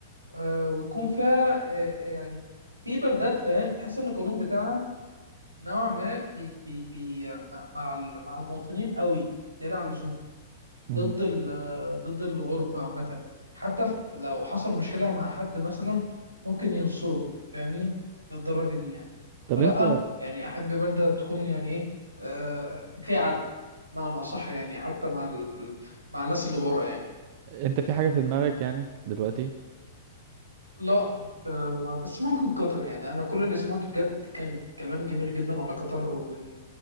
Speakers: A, on the right; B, on the right.
A: آه، ويكون فيها آه، آه، يعني في بلدات فاهم تحس ان القانون بتاعها نوع ما بي بي بي مع مع المواطنين قوي زيادة عن اللزوم
B: مم.
A: ضد ال- آه، ضد الغربة عامة حتى في- لو حصل مشكلة مع حد مثلا ممكن ينصره فاهمني للدرجة دي يعني
B: طب
A: فلأ
B: انت
A: يعني أحب بلدة تكون يعني إيه آه في عدل معنى أصح يعني حتى مع ال... مع الناس اللي بره يعني
B: انت في حاجة في دماغك يعني دلوقتي
A: لا ب- ما- بس ممكن قطر يعني أنا كل اللي سمعته بجد كان كلام جميل جدا على قطر من